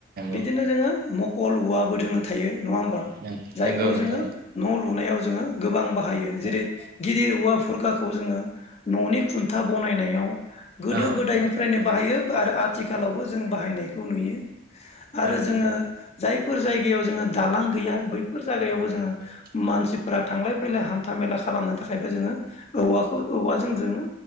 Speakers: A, on the left; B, on the right.
A: बिदिनो
B: नंगौ
A: जोङो कल औवाबो जोङो थायो नङा होमबा
B: नंगौ
A: जायखौ
B: नोंथां
A: जोङो
B: नंगौ
A: न' लुनायाव जोङो गोबां बाहायो जेरै
B: औ
A: गिदिर औवा खुरखाखौ जोङो न'नि ख खथा बनायनायाव गोदो
B: औ
A: गोदायनिफ्रायनो
B: नोंथां
A: बाहायो आरो आथिखालावबो जों न जोो
B: नंगौ
A: जायफोर जाय ज दालां गैया बै बेफोर जायगायावबो जोङो
B: नंगौ नंगौ
A: मानसिफोरा थांलाय फैलाय हान्था मेला खालामनो थाखायबो जोङो औवाखौ औवाजों जोङो